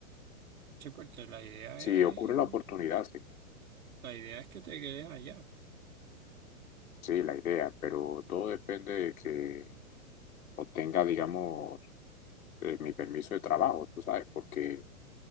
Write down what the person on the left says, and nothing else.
Si
ocurre la oportunidad, sí,
sí, la idea, pero todo depende de que obtenga, digamos, eh, mi permiso de trabajo, tú sabes, porque